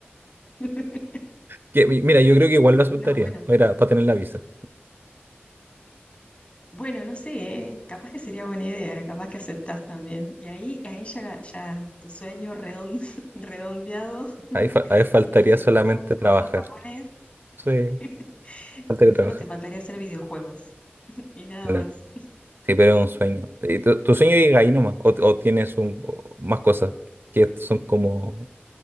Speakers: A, on the left; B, on the right.
A: <laughs>
B: Que, mi- mira, yo creo que igual lo aceptaría
A: No, bueno.
B: para, para tener la visa.
A: Bueno, no sé, ¿eh? Capaz que sería buena idea, capaz que aceptás también. Y ahí, ahí ya, ya tu sueño redon- <laughs> redondeado,
B: Ahí, fa- ahí faltaría
A: vivís en
B: solamente
A: Japón con
B: trabajar.
A: un japonés,
B: Sí.
A: <laughs>
B: Falta que
A: solo
B: trabajar.
A: te faltaría hacer videojuegos <laughs> y nada
B: Claro.
A: más.
B: Sí, pero es un sueño. ¿Y tu, tu sueño llega ahí nomás? ¿O, o tienes un, o más cosas que son como...